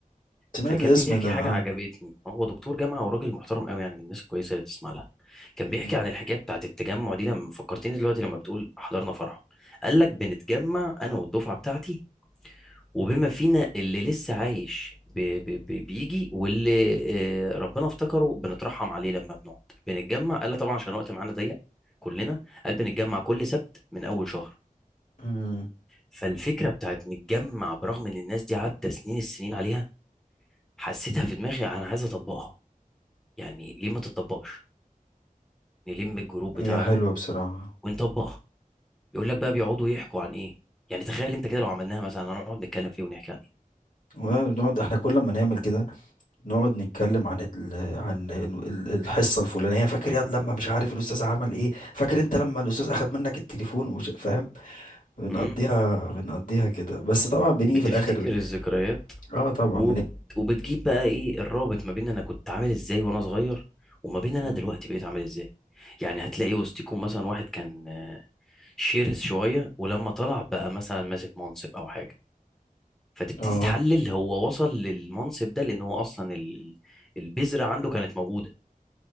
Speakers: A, on the left; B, in the centre.
A: سمعت
B: فكان
A: الاسم
B: بيحكي
A: ده
B: حاجة
A: اه
B: عجبتني هو دكتور جامعة وراجل محترم قوي يعني من الناس الكويسة اللي تسمع لها كان بيحكي
A: مم.
B: عن الحكاية بتاعت التجمع دي لما فكرتني دلوقتي لما بتقول حضرنا فرحه قال لك بنتجمع أنا والدفعة بتاعتي وبما فينا اللي لسه عايش ب- ب- ب- بيجي واللي آه، ربنا افتكره بنترحم عليه لما بنقعد بنتجمع قال لك طبعا عشان الوقت معانا ضيق كلنا قال بنتجمع كل سبت من أول شهر
A: مم.
B: فالفكرة بتاعت نتجمع برغم إن الناس دي عدى سنين السنين عليها حسيتها في دماغي أنا عايز أطبقها يعني ليه ما تطبقش نلم الجروب بتاعنا
A: هي حلوة بصراحة
B: ونطبقها يقول لك بقى بيقعدوا يحكوا عن ايه يعني تخيل انت كده لو عملناها مثلا هنقعد نتكلم فيه ونحكي عن ايه
A: ونقعد احنا كل ما نعمل كده نقعد نتكلم عن ال... عن ال- ال- الحصه الفلانيه فاكر ياد لما مش عارف الاستاذ عمل ايه فاكر انت لما الاستاذ اخذ منك التليفون وش... فاهم بنقضيها
B: امم
A: بنقضيها كده بس طبعا بنيجي
B: بتفتكر
A: في الاخر
B: الذكريات
A: اه طبعا
B: وب...
A: بن...
B: وبتجيب بقى ايه الرابط ما بين انا كنت عامل ازاي وانا صغير وما بين انا
A: مم.
B: دلوقتي بقيت عامل ازاي يعني هتلاقي وسطكم مثلا واحد كان آه، شرس شوية ولما طلع بقى مثلا ماسك منصب او حاجة فتبتدي
A: اه
B: تحلل هو وصل للمنصب ده لان هو اصلا ال... ال- البذرة عنده كانت موجودة